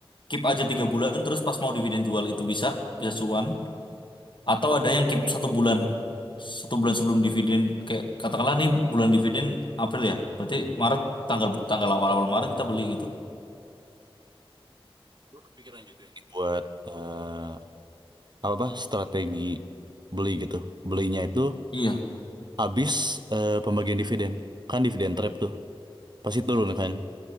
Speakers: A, on the left; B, on the right.
A: keep aja tiga bulan, terus pas mau dividen jual itu bisa, bisa cuan. Atau ada yang keep satu bulan. Satu bulan sebelum dividen. Kayak katakanlah nih bulan dividen April ya. Berarti Maret tanggal tanggal awal-awal Maret kita beli gitu.
B: Gue kepikiran juga ini buat eh, apa apa strategi beli gitu. Belinya itu
A: Iya.
B: abis eh, pembagian dividen. Kan dividen trap tuh. Pasti turun kan.